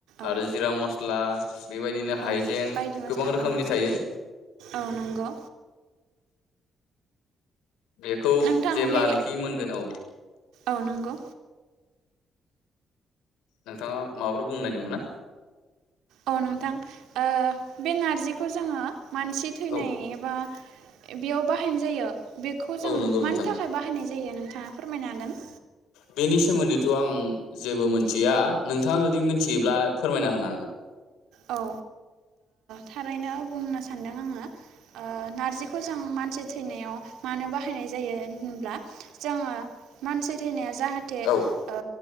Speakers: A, on the right; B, on the left.
A: औ
B: आरो जिरा मस्ला बेबायदिनो हाइजें
A: औ बायदि मस्ला
B: गोबां रोखोमनि
A: औ
B: थायो।
A: औ नंगौ
B: बेखौ
A: नोंथां
B: जेब्लानोखि
A: बे
B: मोनगोन औ
A: औ नंगौ
B: नोंथांङा माबाफोर बुंनो नागिरदोंमोन ना?
A: औ नोंथां ओ बे नारजिखौ जोंङो मानसि थैनाय
B: औ
A: एबा बेयाव बाहायनाय जायो बेखौ
B: औ
A: जों
B: नंगौ नोंथां
A: मानि थाखाय बाहायनाय जायो नों नोंथांङा फोरमायनो हागोन?
B: बेनि सोमोन्दैथ' आं जेबो मिथिया नोंथांङा जुदि मिथियोब्ला फोरमायना होनो हागोन।
A: औ ओ थारैनो बुंनो सानदों आंङो नारजिखौ जों मानसि थैनायाव मानो बाहायनाय जायो होनब्ला जोंङो मानसि थैनाया जाहाथे
B: औ
A: ओ